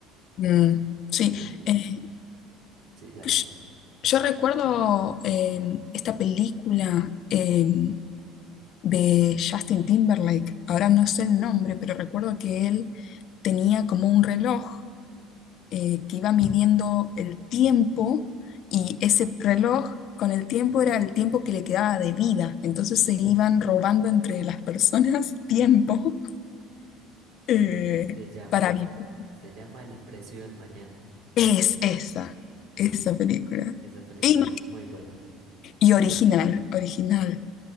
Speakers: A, on the left (about 55°); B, on the right (about 75°).
A: Mm, sí.
B: Uh,
A: eh,
B: Sí, dale.
A: Yo yo recuerdo em, esta película em, de Justin Timberlake, ahora no sé el nombre, pero recuerdo que él tenía como un reloj eh, que iba midiendo el tiempo y ese reloj con el tiempo era el tiempo que le quedaba de vida, entonces se iban robando entre las personas <laughs> tiempo
B: Y
A: eh,
B: se llama,
A: para vivir.
B: se llama El precio del mañana.
A: Es esa, esa película.
B: Esa película
A: Y,
B: es muy buena.
A: y original, original.